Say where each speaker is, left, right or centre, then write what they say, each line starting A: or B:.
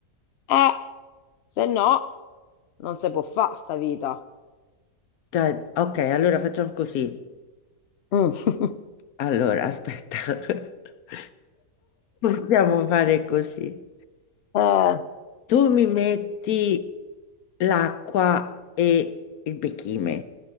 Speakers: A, on the left (about 60°); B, on the left (about 75°).
A: Eh, se no, non si può fare sta vita.
B: Cioè, ok, allora facciamo così.
A: Mm. <laughs>
B: Allora, aspetta. <laughs> Possiamo fare così.
A: Eh,
B: Tu mi metti l'acqua e il bechime.